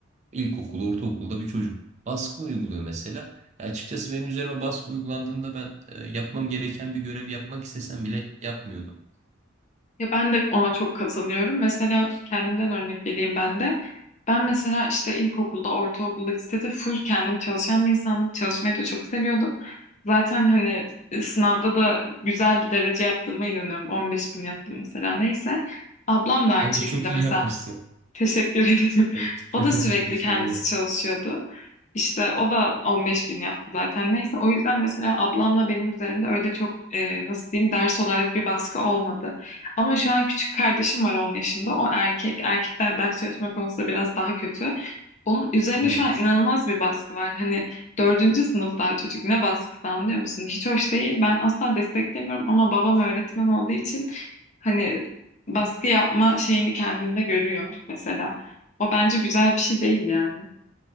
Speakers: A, on the right; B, on the left.
A: ilkokul, ortaokulda bir çocuk baskı uyguluyor mesela. E, açıkçası benim üzerime baskı uygulandığında ben e, yapmam gereken bir görevi yapmak istesem bile yapmıyordum.
B: Ya ben de ona çok katılıyorum. Mesela kendimden örnek vereyim ben de. Ben mesela işte ilkokulda, ortaokulda, lisede full kendim çalışan bir insandım. Çalışmayı da çok seviyordum. Zaten hani e, sınavda da güzel bir derece yaptığıma inanıyorum. 15 bin yaptım mesela neyse. Ablam da aynı
A: Bence
B: şekilde
A: çok
B: mesela
A: iyi yapmışsın.
B: Teşekkür <laughs> ederim.
A: Evet.
B: O
A: <laughs>
B: da sürekli
A: Rica
B: kendisi
A: ederim.
B: çalışıyordu. İşte o da 15 bin yaptı zaten. Neyse o yüzden mesela ablamla benim üzerimde öyle çok e, nasıl diyeyim ders olarak bir baskı olmadı. Ama şu an küçük kardeşim var 10 yaşında. O erkek. Erkekler ders çalışma konusunda biraz daha kötü. Onun üzerine
A: Evet.
B: şu an inanılmaz bir baskı var. Hani dördüncü sınıf daha çocuk ne baskısı anlıyor musun? Hiç hoş değil. Ben asla desteklemiyorum ama babam öğretmen olduğu için hani baskı yapma şeyini kendinde görüyor mesela. O bence güzel bir şey değil yani.